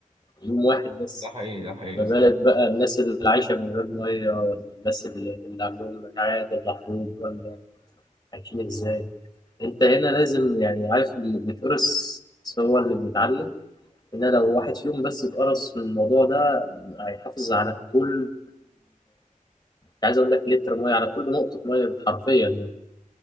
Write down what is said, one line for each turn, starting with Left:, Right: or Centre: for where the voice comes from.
Left: يوم واحد بس
Right: ده حقيقي ده حقيقي يا
Left: ما
Right: اسطى
Left: بالك بقى الناس اللي عايشة من غير مية ولا الناس اللي, اللي عندهم مجاعات ولا حروب ولا عايشين ازاي انت هنا لازم يعني عارف اللي بيتقرص هو اللي بيتعلم هنا لو واحد فيهم بس اتقرص من الموضوع ده هيحافظ على كل عايز اقول لك لتر ميه على كل نقطه ميه حرفيا يعني